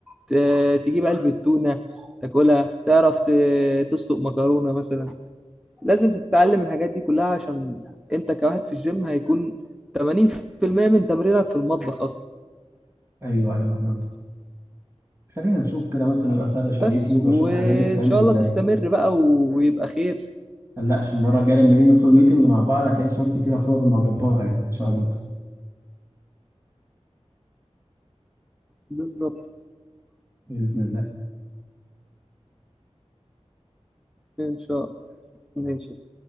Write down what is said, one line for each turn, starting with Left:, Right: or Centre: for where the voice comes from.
Centre: ت- تجيب علبة تونة تاكلها تعرف ت- تسلق مكرونة مثلا لازم تتعلم الحاجات دي كلها عشان انت كواحد في الجيم هيكون 80% من تمرينك في المطبخ اصلا
Right: ايوه ايوه فهمت خلينا نشوف كده ممكن ابقى اسرش
Centre: بس
Right: على اليوتيوب
Centre: وان
Right: اشوف الحاجات دي بتتعمل
Centre: شاء
Right: ازاي
Centre: الله تستمر بقى ويبقى خير
Right: قلقش المرة الجاية لما نيجي ندخل ميتنج مع بعض هتلاقي صورتي كده فورمة جبارة يعني إن شاء الله
Centre: بالظبط
Right: بإذن الله
Centre: ان شاء الله ماشي